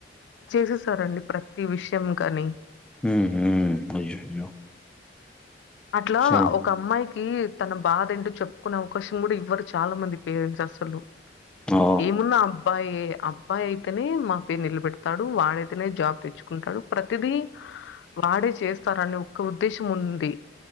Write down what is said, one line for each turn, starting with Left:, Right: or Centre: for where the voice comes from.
Left: చేసేసారండి ప్రతి విషయం కాని
Centre: ఉహు అయ్యయ్యో
Left: అట్లా
Centre: సో
Left: ఒక అమ్మాయికి తన బాధ ఏంటో చెప్పుకునే అవకాశం కూడా ఇవ్వరు చాలా మంది పేరెంట్స్ అసలు
Centre: ఓ
Left: ఏమున్నా అబ్బాయి అబ్బాయి అయితేనే మా పేరు నిల పెడతాడు వాడైతేనే జాబ్ తెచ్చు టాడు ప్రతిదీ వాడే చేస్తారనే ఒక ఉద్దేశం ఉంది